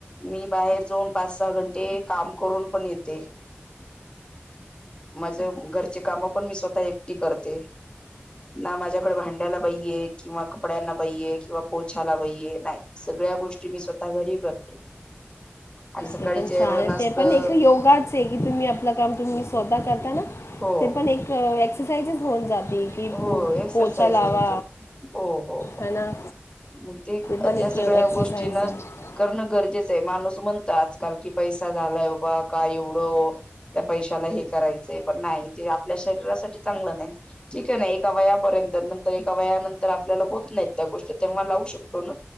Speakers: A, on the left; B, on the left.
A: मी बाहेर जाऊन पाच - सहा घंटे काम करून पण येते. माझ घरचे काम पण मी, स्वतः एकटी करते. ना माझ्याकडे भांड्याला बाईये किंवा कपड्यांना बाईये किंवा पोछाला बाइये, नाही. सगळ्या गोष्टी मी स्वतः घरी करते. आणि सकाळी
B: ते पण
A: जेवण
B: सार
A: असतं
B: ते पण एक योगा च तुम्ही आपल काम तुम्ही स्वतः करता,
A: हो
B: ते पण एक एक्सरसाइज होऊन जाते. की
A: हो एक्सरसाइजच
B: पोचा लावा
A: होते. हो हो हो
B: है ना
A: मग ते
B: पण
A: त्या
B: एक
A: सगळ्या
B: एक्सरसाइज
A: गोष्टींना
B: आहे
A: करणं गरजेचंय. माणूस म्हणत आजकाल कि, पैसा झालाय बाबा, काय एवढं? त्या पैशाला हे करायचय. पण नाही, ते आपल्या शरीरासाठी चांगलं नाही. ठीकय ना, एका वयापर्यंत. नन तर, एका वयानंतर आपल्याला होत नाहीत त्या गोष्टी. तेव्हा लावू शकतो ना.